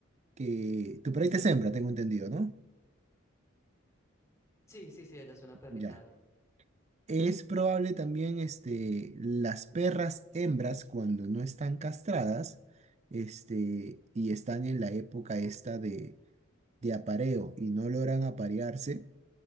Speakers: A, on the right; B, on the left.
A: que tu perrita es hembra, tengo entendido, ¿no?
B: Sí, sí, sí, ella es una perrita,
A: Ya.
B: dale.
A: Es probable también este, las perras hembras cuando no están castradas este, y están en la época esta de, de apareo y no logran aparearse,